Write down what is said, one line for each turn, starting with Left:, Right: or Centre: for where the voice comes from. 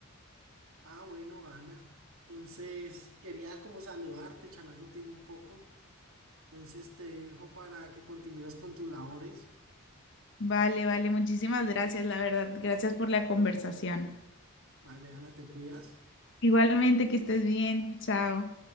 Right: Ah, bueno, Ana. Entonces, quería como saludarte, charlar contigo un poco. Entonces te dejo para que continúes con tus labores.
Left: Vale, vale, muchísimas gracias, la verdad. Gracias por la conversación.
Right: Vale, Ana, te cuidas.
Left: Igualmente, que estés bien. Chao.